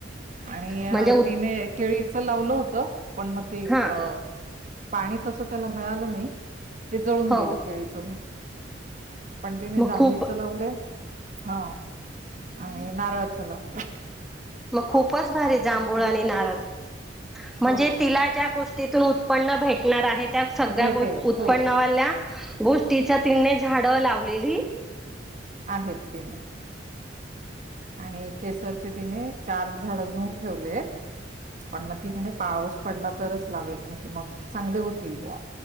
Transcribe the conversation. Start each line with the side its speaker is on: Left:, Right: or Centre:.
Right: आणि
Centre: म्हणजे उ
Right: तिने केळीच लावलं होतं. पण म ते
Centre: हा
Right: अ पाणी तस त्याला मिळालं नाही. ते जळून
Centre: हो
Right: गेलं केळीचं झाड. पण तिने
Centre: मग
Right: जांभळीचं
Centre: खूप
Right: लावलंय हा आणि नारळाचं लावलंय.
Centre: मग खूपच भारी जांभूळ
Right: म्हणजे
Centre: आणि नारळ. म्हणजे
Right: हो
Centre: तिला ज्या गोष्टी तिथून उत्पन्न भेटणार आहे. त्या सगळ्या
Right: भेटेल
Centre: गोष्टी उत्पन्नवाल्या
Right: हो
Centre: गोष्टीच्या तिने झाडं लावलेली.
Right: आहेत तिने आणि केसरचे तिने चार झाड घेऊन ठेवलेत. पण मग ती म्हणे, पाऊस पडला तरच लावेल. म्हणजे मग चांगले होतील बॉ.